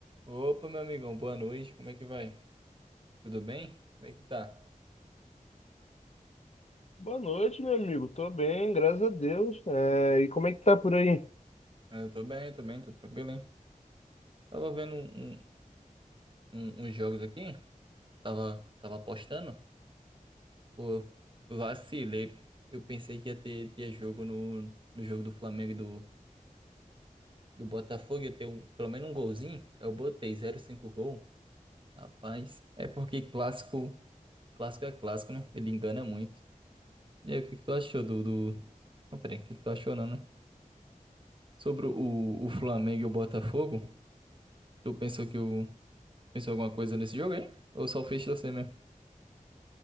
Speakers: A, on the right (about 35°); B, on the left (about 50°).
A: Opa, meu amigão, boa noite. Como é que vai? Tudo bem? Como é que tá?
B: Boa noite, meu amigo. Tô bem, graças a Deus. É, e como é que tá por aí?
A: Ah, Eu tô bem, tô bem, tô tranquilo, hein? Tava vendo um- um- um, uns jogos aqui, que eu tava, tava apostando. Pô, vacilei. Eu pensei que ia ter, ter jogo no, no jogo do Flamengo e do, do Botafogo, ia ter um, pelo menos um golzinho. Eu botei zero vírgula cinco gol. Rapaz, é porque clássico, clássico é clássico, né? Ele engana muito. E aí, o que que tu achou do, do... Não, peraí, o que que tu achou não, né? Sobre o, o Flamengo e o Botafogo, tu pensou que o pensou alguma coisa nesse jogo aí? Ou só fez você mesmo?